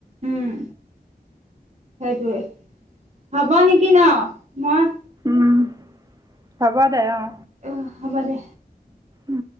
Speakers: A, on the right; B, on the right.
A: উম সেইটোৱে হ'ব নেকি ন মই-
B: উম হ'ব দে অঁ।
A: অ হ'ব দে।
B: উম